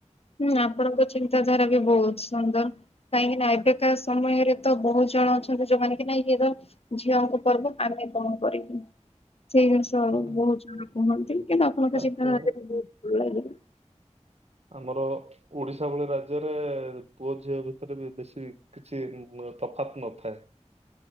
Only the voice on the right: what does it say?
ହୁଁ।
ତାପରେ
ଆମର ଓଡିଶା ଭଳି ରାଜ୍ୟରେ ପୁଅ ଝିଅ ଭିତରେ ବି ବେଶୀ କିଛି ତଫାତ୍ ନଥାଏ।